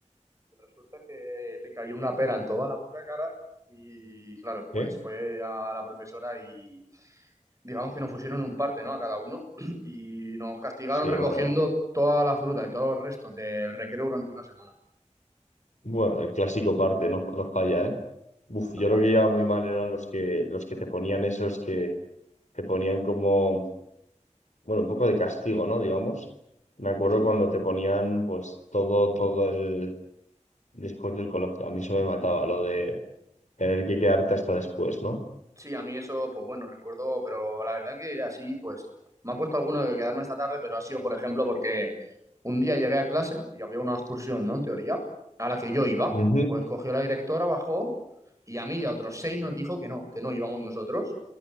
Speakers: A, on the right; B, on the left.
A: Resulta que le cayó una pera en toda la puta cara y, claro, pues
B: sí
A: fue a la profesora y digamos que nos pusieron un parte, ¿no? A cada uno <clears throat> y nos castigaron
B: Sí,
A: recogiendo
B: bueno, el-
A: toda la fruta y todos los restos del recreo durante una semana.
B: bueno, el clásico parte no, no falla, ¿eh? Uf, yo
A: No falla,
B: lo que llevaba
A: no falla.
B: muy mal eran los que, los que te ponían esos que te ponían como, bueno, un poco de castigo, ¿no? Digamos. Me acuerdo
A: Sí,
B: cuando te ponían, pues, todo, todo el, después del colegio. A mí eso me mataba, lo de tener que quedarte hasta después, ¿no?
A: Sí, a mí eso, pues bueno, recuerdo, pero la verdad que así, pues, me han puesto alguno de quedarme esta tarde, pero ha sido, por ejemplo, porque un día llegué a clase y había una excursión, ¿no? En teoría, a la que yo iba,
B: Ujú,
A: pues cogió la directora, bajó y a mí y a otros seis nos dijo que no, que no íbamos nosotros.